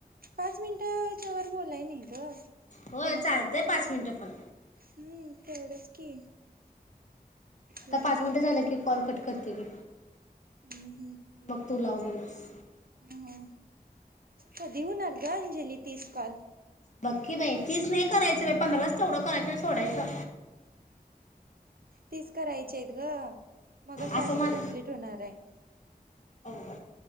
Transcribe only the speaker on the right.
पाच मिनिटाच्या वर बोलाय नाही ग.
कोणासोबत
हम्म तेवढंच की,
होते
हम्म.
हं कधी होणार ग अंजली तीस कॉल?
तीस करायचेहायत ग. मगच टास्क
कम्प्लीट होणाराय.